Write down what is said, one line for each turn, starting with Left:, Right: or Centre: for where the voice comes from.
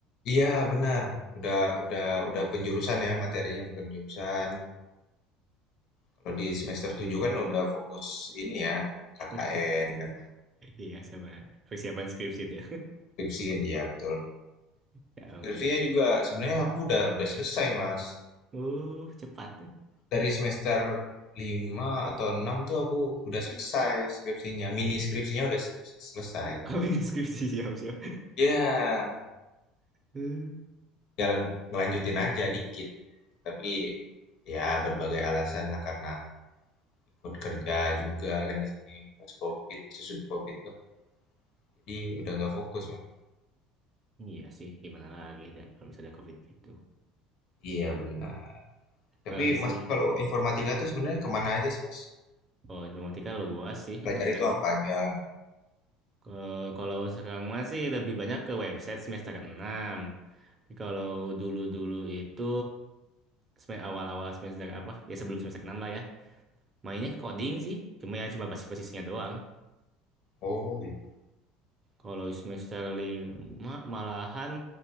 Left: iya benar, udah udah udah penjurusan ya, materinya udah penjurusan. Kalau di semester 7 kan udah fokus ini ya,
Right: <laughs>
Left: KKN kan,
Right: Iya, sama persiapan skripsi itu.
Left: skripsi kan, iya betul.
Right: Ya ampun.
Left: Skripsinya juga sebenarnya aku udah udah selesai, Mas.
Right: Uh, cepatnya. <laughs>
Left: Dari semester 5 atau 6 tuh aku udah selesai skripsinya, mini skripsinya udah se selesai.
Right: Oh, ini skripsi siap-siap.
Left: Ya.
Right: Uh,
Left: Ya ngelanjutin aja dikit. Tapi, ya berbagai alasan lah karena ikut kerja juga kan di sini pas COVID, sesudah COVID tuh. Jadi udah nggak fokus, Mas.
Right: Iya sih, gimana lagi dah, kalau misalnya ada COVID gitu.
Left: Iya benar. Tapi
Right: Kalau misalnya,
Left: Mas kalau informatika tuh sebenarnya kemana aja sih, Mas?
Right: oh informatika luas sih
Left: Pelajari
Right: untuk sekarang.
Left: itu apa aja?
Right: Ke- kalau sekarang masih lebih banyak ke website semester 6. Tapi kalau dulu-dulu itu semen- awal-awal semester apa? Ya sebelum semester 6 lah ya. Mainnya ke coding sih. Cuma ya coba basis-basisnya doang.
Left: Oh gitu.
Right: Kalau semester lima malahan